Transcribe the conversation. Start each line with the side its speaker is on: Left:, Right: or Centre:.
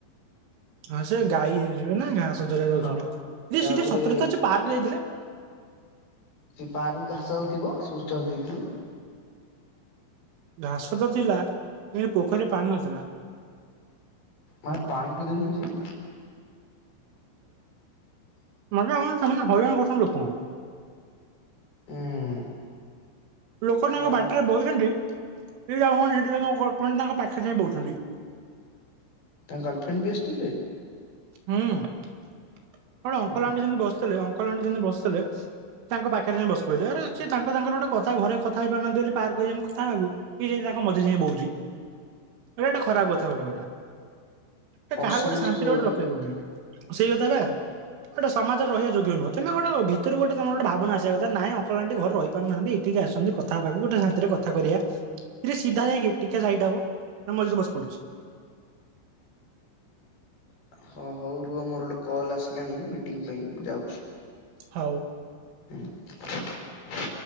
Right: ହଁ ସେ ଗାଈ ହେଇଯିବେ ନା ଘାଁସ ଚରେ ଯାଉଛି,
Left: ହଁ
Right: ଆରେ
Left: ତାପରେ
Right: ସେ ସତରେତ ପାର୍କ ଯାଇଥିଲେ।
Left: ସେ ପାାରୁ ଘାସ ଯାଉଥିବ ସୋଷ୍ଟ ଦେଇ।
Right: ଘାସ ତ ଥିଲା କି ପୋଖରୀରେ ପାଣି ନଥିଲା।
Left: ମାନ ପାଣି ପି ଦେଇ ଶୋଇଛି।
Right: ମାନେ କଣ ସେମାନେ ହଇରାଣ କରୁଛନ୍ତି ଲୋକଙ୍କୁ।
Left: ହୁଁ।
Right: ଲୋକ ତାଙ୍କ
Left: ଗାଁ
Right: ବାଟରେ
Left: ଲୋକ
Right: ବହୁଛନ୍ତି ସେ ଲଭୁାନ ସେଠି ତାଙ୍କ ପାଖେ ଯାଇଁ ବହୁଛନ୍ତି।
Left: ତାଙ୍କ ଗାଲଫ୍ରେଣ୍ଡ ବି ଆସିଥିଲେ?
Right: ହୁଁ କଣ ଅଙ୍କଲ
Left: ହଁ
Right: ଆଣ୍ଟି ଯେମିତି ବସିଥିଲେ ଅଙ୍କଲା ଆଣ୍ଟି ଯେମିତି ବସିଥିଲେ। ତାଙ୍କ ପାଖରେ ଯାଇ ବସି ପଡିଲେ ହେରା ସେ ତାଙ୍କର ଗୋଟେ କଥା ଘରେ କଥା ହେଇପାରୁ ନାହାନ୍ତି ବୋଲି ପାର୍କ ଯାଇଛନ୍ତି କଥାହେବାକୁ। ଇଏ ଯାଇକି ତାଙ୍କ ମଝିରେ ଯାଇକି ବଉଚି। ଏଇଟା ଗୋଟେ ଖରାପ କଥା। ହେ
Left: ଅସାମାଜିକ
Right: କାହାକୁ ଗୋଟେ ଶାନ୍ତିରେ ଗୋଟେ ରଖେଇ
Left: ବ୍ୟକ୍ତି
Right: ଦଉନି ସେଇ କଥା ବା। ଗୋଟେସମାଜରେ ରହିବା ଯୋଗ୍ୟ ନୁହଁ ତମେ ଗୋଟେ ଭିତରୁ ଗୋଟେ ତମର ଗୋଟେ ଭାବନା ଆସିବା କଥା ନାଇଁ ଅକଲ୍ଆଣ୍ଟି ଘରେ ରହିପାରୁନାହାନ୍ତି ଏଠିକି ଆସିଛନ୍ତି କଥ ଥା ହେବାକୁ ଗୋଟେ ଶାନ୍ତିରେ କଥା କରିବା ସିଧା ଯାଇକି ଟିକେ ସାଇଟି ହବୁ ମଝିରେ ବସି ପଡୁଛି।
Left: ହଁ ହଉ ରୁହ ମୋର ଗୋଟେ କଲ୍ ଆସିଲାଣି ମିଟିଂ ପାଇଁ ଯାଉଛି।
Right: ହଉ।
Left: ହୁଁ।